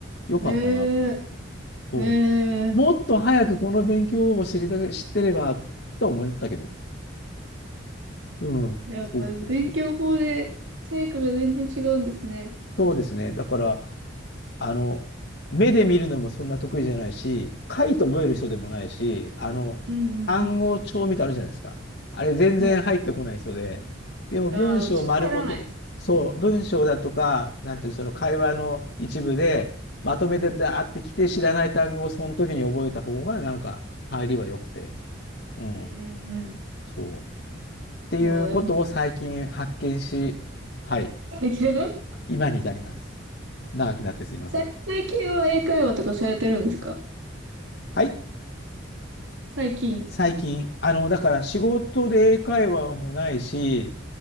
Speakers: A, on the left; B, on the right.
A: よかったなと思って。
B: ええ。
A: そう。
B: ええ。
A: もっと早くこの勉強を知りた、知ってればと思ったけどね。うん。
B: やっぱ勉強法で成果が全然違うんですね。
A: そうそうそう。そうですね。だから、あの、目で見るのもそんな得意じゃないし、書いて覚える人でもないし、
B: うん。
A: あの、
B: うんうんうん。
A: 単語帳みたいなのあるじゃないですか。あれ全然入ってこない人で、
B: はい。
A: でも文章丸ごと、
B: ああ、うちも入らないです。
A: そう、文章だとか、なんていうの、その会話の一部で、まとめてダーってきて知らない単語をその時に覚えた方がなんか入りは良くて。うん、
B: うんうんうん。
A: そう。っていうことを最近発見し、
B: いや、でも、
A: はい、
B: 最近、<laughs>
A: 今に至ります。長くなってすみません。
B: 最最近は英会話とかされてるんですか
A: はい。
B: 最近。
A: 最近、あの、だから仕事で英会話もないし、